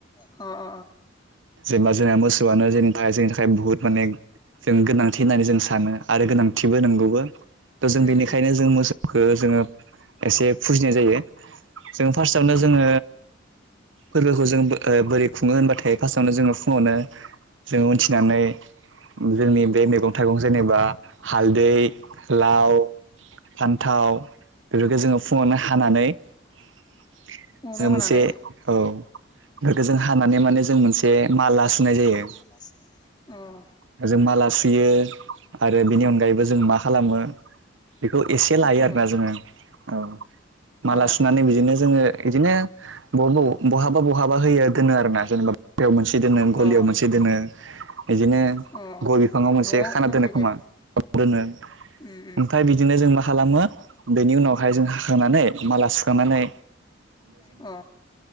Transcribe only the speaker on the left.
होमबा जों गोनांथि
नंगौबो
जों न'आवनो हानानै
माला सुनाय जायो। अ
मा
खालामो
अ
अ
अ
न'आव
दोनफैबाय
उम
अ